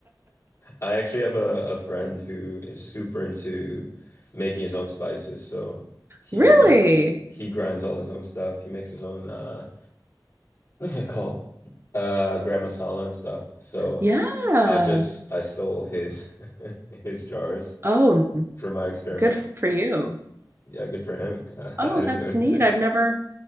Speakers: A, on the left; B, on the right.
A: I actually have a, a friend who is super into making his own spices, so he
B: Really?
A: he grinds all his own stuff. He makes his own uh what's it called? Uh gram masala and stuff. So
B: Yeah.
A: I just I stole his <laughs> his jars
B: Oh,
A: for my experiment.
B: good for you.
A: Yeah, good for him. <laughs> I
B: Oh,
A: didn't
B: that's
A: do anything.
B: neat. I've never